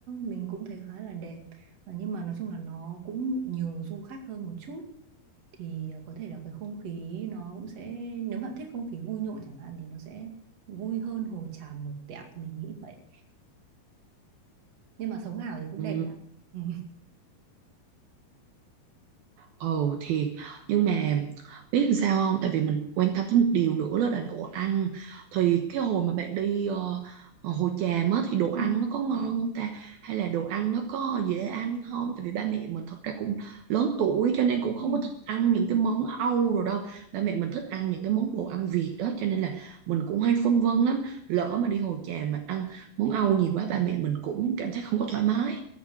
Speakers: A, on the right; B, on the right.
A: mình cũng thấy khá là đẹp Ờ, nhưng mà nói chung là nó cũng nhiều du khách hơn một chút thì ờ, có thể là cái không khí nó cũng sẽ nếu bạn thích không khí vui nhộn chẳng hạn thì nó sẽ vui hơn Hồ Tràm một tẹo mình nghĩ vậy nhưng mà sống ảo thì cũng
B: ừ
A: đẹp nhá. Ừ.
B: Ồ thiệt Nhưng mà biết làm sao không Tại vì mình quan tâm tới một điều nữa đó là đồ ăn Thì cái hồi mà bạn đi ờ, ờ, Hồ Tràm á Thì đồ ăn
A: Ừ.
B: nó có ngon không ta Hay là đồ ăn nó có dễ ăn không Tại vì ba mẹ mình thật ra cũng lớn tuổi Cho nên cũng không
A: Ừ.
B: có thích ăn những cái món Âu rồi đâu Ba mẹ mình thích ăn những cái món đồ ăn Việt đó Cho nên là mình cũng hay phân vân lắm Lỡ mà đi Hồ Tràm mà ăn món Âu nhiều quá Ba mẹ mình cũng cảm thấy không có thoải mái